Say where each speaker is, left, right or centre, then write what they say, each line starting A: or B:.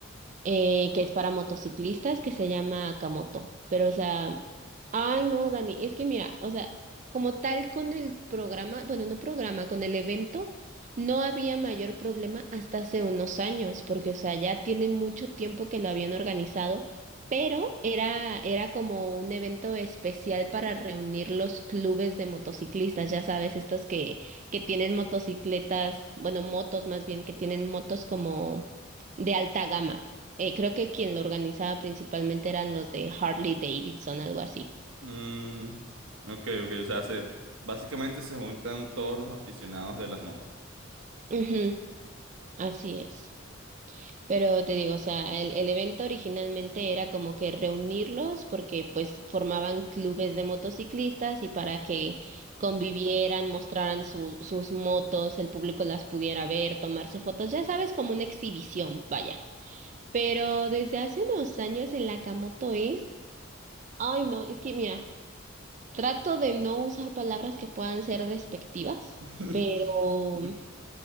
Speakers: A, on the right; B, on the right.
A: eh, que es para motociclistas, que se llama Akamoto. Pero, o sea, ay, no, Dani, es que mira, o sea, como tal con el programa, bueno, no programa, con el evento, no había mayor problema hasta hace unos años, porque, o sea, ya tiene mucho tiempo que lo habían organizado. Pero era, era como un evento especial para reunir los clubes de motociclistas, ya sabes, estos que, que tienen motocicletas, bueno, motos más bien, que tienen motos como de alta gama. Eh, creo que quien lo organizaba principalmente eran los de Harley Davidson, algo así.
B: Mm, ok, ok, o sea, se, básicamente se juntan todos los aficionados de las motos.
A: Ujú, así es. Pero te digo, o sea, el, el evento originalmente era como que reunirlos porque pues formaban clubes de motociclistas y para que convivieran, mostraran su- sus motos, el público las pudiera ver, tomarse fotos, ya sabes, como una exhibición, vaya. Pero desde hace unos años el Akamoto es... Ay, no, es que mira. Trato de no usar palabras que puedan ser despectivas,
B: <laughs>
A: pero,